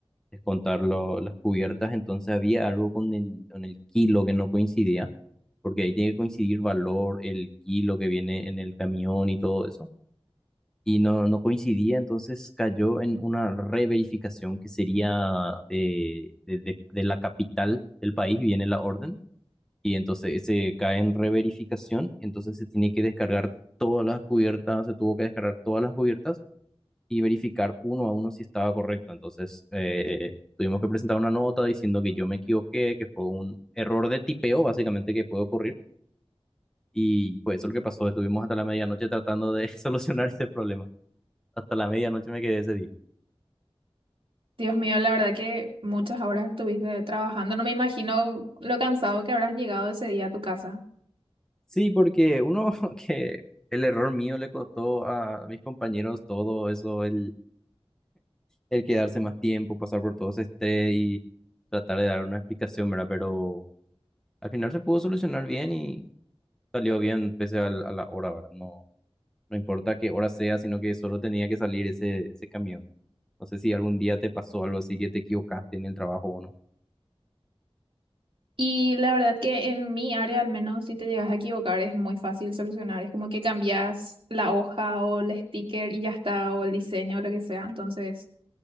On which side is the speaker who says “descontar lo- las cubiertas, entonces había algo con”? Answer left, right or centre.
Centre